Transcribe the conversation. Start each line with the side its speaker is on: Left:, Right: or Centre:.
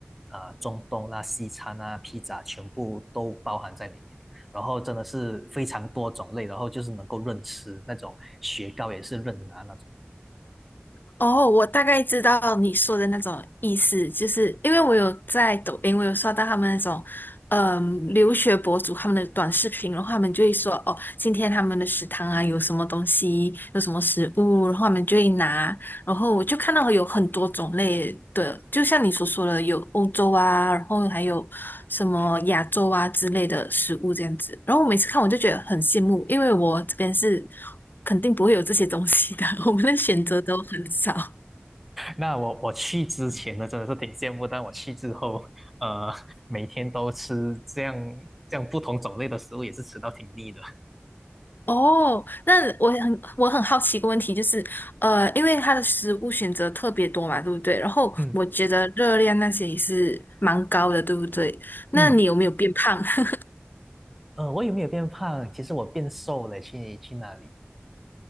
Centre: 啊、中东啦、西餐啊、披萨，全部都包含在里面。然后真的是非常多种类，然后就是能够任吃那种雪糕也是任拿那种。
Left: 哦，我大概知道你说的那种意思，就是因为我有在抖音，我有刷到他们那种，嗯，留学博主他们的短视频，然后他们就会说，哦，今天他们的食堂啊有什么东西，有什么食物，然后他们就会拿，然后我就看到有很多种类的，就像你所说的，有欧洲啊，然后还有什么亚洲啊之类的食物这样子。然后我每次看我就觉得很羡慕，因为我这边是肯定不会有这些东西的，<laughs> 我们的选择都很少。
Centre: 那我我去之前呢，真的是挺羡慕，但我去之后，呃，每天都吃这样这样不同种类的食物，也是吃到挺腻的。
Left: 哦，那我很我很好奇一个问题，就是呃，因为它的食物选择特别多嘛，对不对？然后我觉得热量那些也是蛮高的，
Centre: 嗯
Left: 对不对？那你有没有变胖？
Centre: 嗯，
Left: <laughs>
Centre: 呃，我有没有变胖？其实我变瘦了，去去那里，